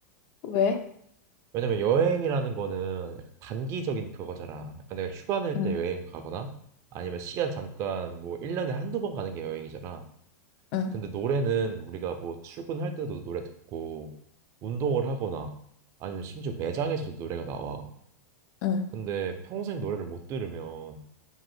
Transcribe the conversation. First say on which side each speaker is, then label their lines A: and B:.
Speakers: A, on the left; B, on the right.
A: 왜?
B: 왜냐면 여행이라는 거는 약간 단기적인 그거잖아. 약간 내가 휴가 낼
A: 응,
B: 때 여행 가거나 아니면 시간 잠깐 뭐 1년에 한두 번 가는 게 여행이잖아.
A: 응,
B: 근데 노래는 우리가 뭐 출근할 때도 노래 듣고 운동을 하거나 아니면 심지어 매장에서도 노래가 나와.
A: 응.
B: 근데 평생 노래를 못 들으면